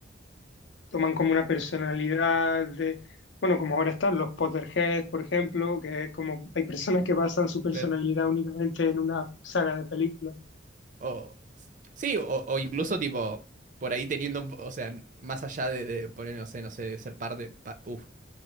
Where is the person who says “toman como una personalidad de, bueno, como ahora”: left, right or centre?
Left